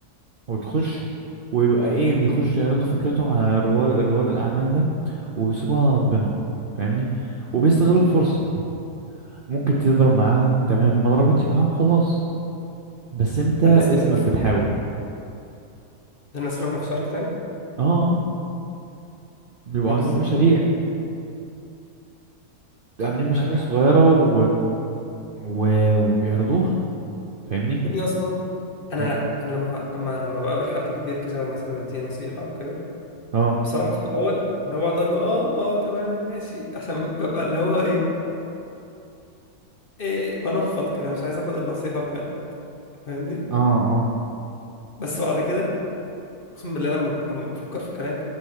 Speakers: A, on the right; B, on the left.
A: وتخش ويبقى ايه بيخش يعرضوا فكرتهم على رواد رواد الاعمال ده، وبيسيبوها على ربنا فاهمني وبيستغل الفرصة
B: مم.
A: ممكن تضرب معاهم تمام ما ضربتش معاهم خلاص بس انت
B: ده
A: اسمك
B: الناس اللي
A: بتحاول
B: ده الناس اللي هم في شارك تانك
A: اه آه، بيبقوا
B: ما
A: عاملين
B: بالظبط
A: مشاريع عاملين مشاريع
B: عندك حق
A: صغيرة و... و... وبيعرضوها فاهمني
B: يا ابني اصلا انا
A: مم.
B: انا لما لما لما بقابل حد كبير كده مثلا يديني نصيحه او كده
A: اه
B: بصراحة في الأول اللي هو بقعد أقول له آه آه تمام ماشي عشان ببقى اللي هو إيه إيه بنفض كده مش عايز آخد النصيحة بجد فاهمني
A: اه اه
B: بس بعد كده أقسم بالله لما لما بفكر في الكلام